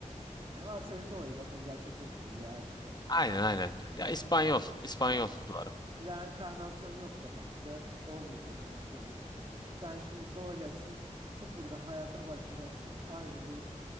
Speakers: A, on the right (about 40°); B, on the left (about 35°).
A: Yani varsayımsal olarak zaten gerçekleşmeyeceği aşikar.
B: Aynen aynen. Ya İspanyol. İspanyol duvarım.
A: Reenkarnasyon yoksa kanka olmayacak mümkün değil. Sen şimdi doğacaksın sıfırdan hayata başlayacaksın. Aynı bu